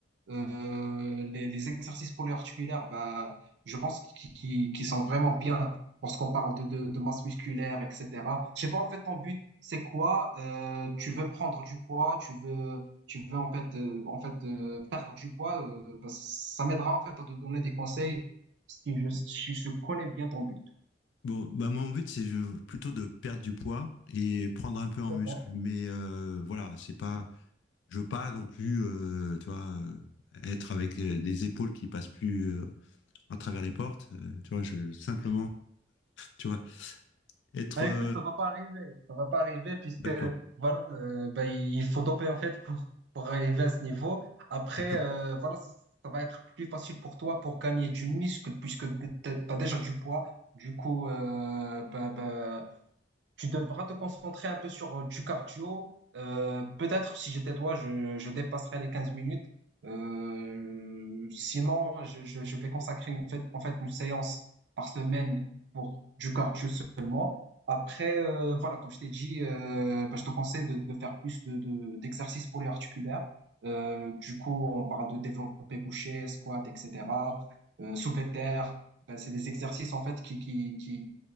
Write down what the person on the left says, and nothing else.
Bon, bah mon but, c'est je- plutôt de perdre du poids et prendre un peu en
muscle. Mais euh, voilà, c'est pas, je veux pas non plus, euh, tu vois, euh, être avec les, les épaules qui passent plus euh, à travers les portes. euh, tu vois, je simplement, tu vois, être
euh,
d'accord,
d'accord.